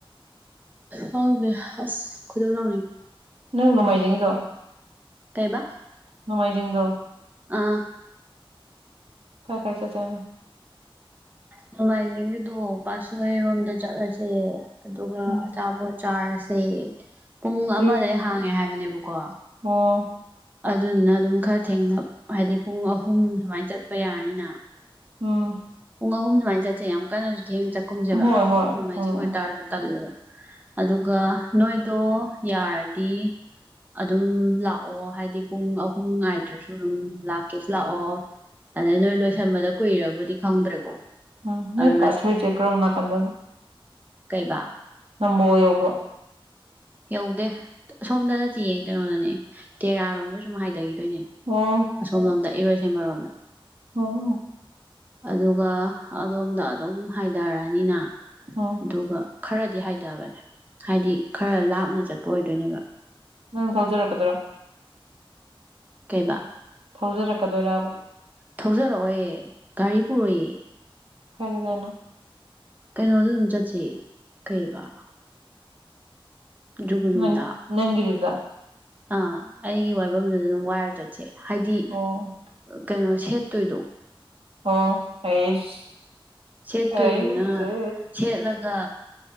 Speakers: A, on the right; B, on the right.
A: ꯍꯅꯦ ꯑꯁ ꯀꯗꯖ
B: ꯅꯪ ꯅꯣꯡꯃꯥꯏꯖꯤꯡꯗꯣ
A: ꯇꯥꯏꯕ
B: ꯅꯣꯡꯃꯥꯏꯖꯤꯡꯗꯣ
A: ꯑꯥ
B: ꯀꯥꯏ ꯀꯥꯏ ꯆ ꯆꯅ
A: ꯅꯣꯡꯃꯥꯏꯖꯤꯡꯒꯤꯗꯣ ꯄꯕꯥꯁꯣꯏꯔꯣꯝꯗ ꯆꯠꯂꯁꯦ ꯑꯗꯨꯒ
B: ꯎꯝ
A: ꯑꯆꯥꯄꯣꯠ ꯆꯥꯔꯁꯦ ꯄꯨꯡ ꯑꯃꯗꯩ
B: ꯑꯌꯨꯛ
A: ꯍꯥꯡꯉꯦ ꯍꯥꯏꯕꯅꯦꯕꯀꯣ
B: ꯑꯣ
A: ꯑꯗꯨꯗꯨꯅ ꯑꯗꯨꯝ ꯈꯔ ꯊꯦꯡꯅ ꯍꯥꯏꯗꯤ ꯄꯨꯡ ꯑꯍꯨꯝ ꯁꯨꯃꯥꯏꯅ ꯆꯠꯄ ꯌꯥꯔꯅꯤꯅ
B: ꯎꯝ
A: ꯄꯨꯡ ꯑꯍꯨꯝ ꯁꯨꯃꯥꯏꯅ ꯆꯠꯁꯦ ꯌꯥꯝ ꯀꯟꯅꯁꯨ ꯊꯦꯡꯅ ꯆꯠꯀꯨꯝꯁꯦꯕ
B: ꯍꯣꯏ ꯍꯣꯏ
A: ꯅꯣꯡꯃꯥꯏꯖꯤꯡ
B: ꯎꯝ
A: ꯑꯣꯏꯇꯥꯔꯁꯨ
B: ꯎꯝ
A: ꯇꯜꯂꯦꯕ ꯑꯗꯨꯒ ꯅꯣꯏꯗꯣ ꯌꯥꯔꯗꯤ ꯑꯗꯨꯝ ꯂꯥꯛꯑꯣ ꯍꯥꯏ ꯍꯥꯏꯗꯤ ꯄꯨꯡ ꯑꯍꯨꯝ ꯉꯥꯏꯗ꯭ꯔꯁꯨ ꯑꯗꯨꯝ ꯂꯥꯛꯀꯦꯁꯨ ꯂꯥꯛꯑꯣ ꯑꯗꯩ ꯅꯣꯏ ꯂꯣꯏꯁꯟꯕꯗ ꯀꯨꯏꯔꯕꯨꯗꯤ ꯈꯪꯗ꯭ꯔꯦꯀꯣ
B: ꯎꯝ ꯅ
A: ꯑꯗ
B: ꯄꯥꯊꯔ ꯆꯀ꯭ꯔ ꯅꯅꯥ ꯀꯗꯅꯣ
A: ꯀꯩꯕ
B: ꯅꯝꯕꯣ ꯌꯧꯕ꯭ꯔꯣ
A: ꯌꯧꯗꯦ ꯑꯁꯣꯝꯗꯅꯠꯇꯤꯌꯦ ꯀꯩꯅꯣꯅꯅꯦ ꯇꯦꯔꯥꯔꯣꯝꯗ ꯁꯨꯝ ꯍꯥꯏꯊꯈꯤ ꯑꯗꯨꯣꯏꯅꯦ
B: ꯑꯣ
A: ꯑꯁꯣꯝꯂꯣꯝꯗ ꯏꯔꯣꯏ ꯁꯦꯝꯕꯔꯣꯝꯗ
B: ꯑꯣ
A: ꯑꯗꯨꯒ ꯑꯗꯣꯝꯗ ꯑꯗꯨꯝ ꯍꯥꯏꯊꯔꯅꯤꯅ
B: ꯎꯝ
A: ꯑꯗꯨꯒ ꯈꯔꯗꯤ ꯍꯥꯏꯊꯕꯅꯦ ꯍꯥꯏꯗꯤ ꯈꯔ ꯂꯥꯞꯅ ꯆꯠꯄ ꯑꯣꯏꯗꯣꯏꯅꯦꯕ
B: ꯅꯪ ꯐꯥꯎꯖꯔꯛꯀꯗꯣꯏꯔꯥ
A: ꯀꯩꯗ
B: ꯊꯧꯖꯔꯛꯀꯗꯣꯏꯔꯕ
A: ꯊꯧꯖꯔꯛꯑꯣꯦ ꯒꯥꯔꯤ ꯄꯨꯔꯛꯏ
B: ꯀꯥꯏꯁꯨꯖꯥꯏꯅ
A: ꯀꯩꯅꯣꯗ ꯑꯗꯨꯝ ꯆꯠꯁꯤ ꯀꯩꯕ ꯖꯨꯒꯨꯅꯨꯗ
B: ꯅꯪ ꯅꯪꯗꯨꯗ
A: ꯑꯥ ꯑꯩꯒꯤ ꯋꯥꯏꯐꯝꯗꯨꯗ ꯑꯗꯨꯝ ꯋꯥꯏꯔ ꯆꯠꯁꯦ ꯍꯥꯏꯗꯤ
B: ꯑꯣ
A: ꯀꯩꯅꯣ ꯁꯦꯠꯇꯣꯏꯗꯣ
B: ꯑꯣ ꯑꯩꯁ
A: ꯁꯦꯠꯇꯣꯏꯗꯨꯅ
B: ꯑꯩꯁꯦ
A: ꯁꯦꯠꯂꯒ